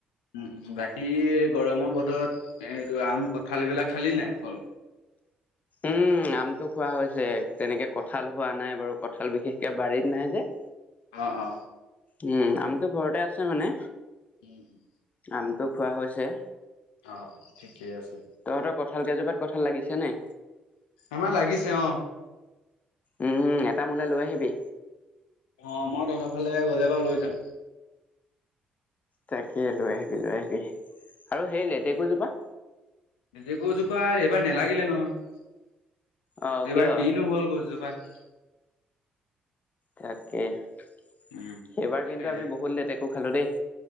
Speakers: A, on the left (about 85°); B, on the left (about 35°).
A: উম উম বাকী। গৰমৰ বতৰত এইটো আম কঁঠাল এইবিলাক খালি নাই ফল।
B: উম আমটো খোৱা হৈছে তেনেকে কঁঠাল হোৱা নাই বাৰু কঁঠাল বিশেষকে বাৰীত নাই যে।
A: অ অ।
B: উম আমটো ঘৰতে আছে মানে।
A: উম <inaudible>
B: আমটো খোৱা হৈছে।
A: অ অ ঠিকে আছে।
B: তহঁতৰ কঁঠাল কেইজোপাত কঁঠাল লাগিছে নে
A: আমাৰ লাগিছে অ।
B: উম উম এটা মোলে লৈ আহিবি।
A: অ মই তহঁত ফালে গ'লে বাৱ লৈ যাম।
B: তাকে লৈ আহিবি লৈ আহিবি আৰু সেই লেটেকুজোপা।
A: লেটেকুজোপা এইবাৰ নেলাগিলে নহয়।
B: অ',
A: এইবাৰ
B: কিয়
A: কিনো হ'ল গছজোপাত।
B: তাকে সেইবাৰ
A: উম, তাকে
B: কিন্তু আমি বহুত লেটেকু খালো দেই।